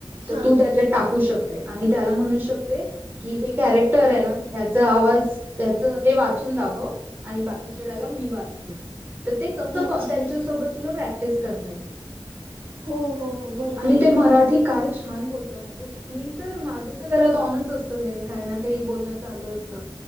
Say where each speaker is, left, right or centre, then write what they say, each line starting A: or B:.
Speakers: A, on the right; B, on the right.
A: तर
B: हां
A: तू त्याची ते टाकू शकते आणि त्याला म्हणू शकते की हे कॅरेक्टर आहे ना, ह्याचा आवाज त्याचं हे वाचून दाखवं आणि बाकीचे, डायलॉग मी वाचते तर ते तसं
B: अच्छा
A: त्यांच्यासोबत, तुला प्रॅक्टिस करता येईल
B: हो हो हो बरं
A: आणि
B: बरं
A: ते
B: बरं
A: मराठी, काय छान बोलते तूला माहितीए, मी तर माझं तर घरात ऑनच असतं. नेहमी काही ना काही, बोलणं चालू असतं